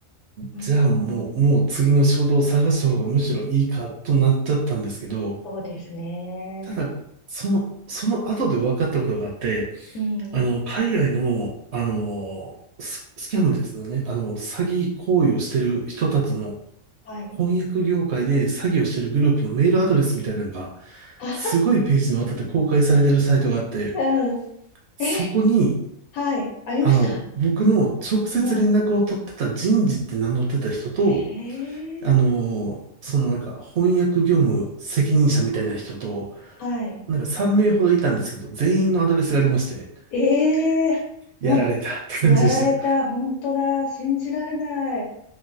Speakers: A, on the left; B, on the right.
A: ああ、
B: じゃあもう、もう次の仕事を探した方がむしろいいかとなっちゃったんですけど、
A: そうですね。
B: ただ、その、その後で分かったことがあって、
A: うん。
B: あの、海外の、あの、ス、スキャムですよね。あの、詐欺行為をしてる人たちの
A: はい。
B: 翻訳業界で詐欺をしてるグループのメールアドレスみたいなのが、
A: あ、
B: すごいページにわたって公開されてるサイトがあって、
A: うん。
B: そこに、
A: え、はい。ありました
B: あの、僕の直接連絡を取ってた人事って名乗ってた人と、
A: <laughs> うん。ええ
B: あの、そのなんか翻訳業務責任者みたいな人と、
A: はい。
B: なんか3名ほどいたんですけど、全員のアドレスがありまして、
A: ええもう、
B: やられたって感じでした。
A: やられた。本当だ。信じられない。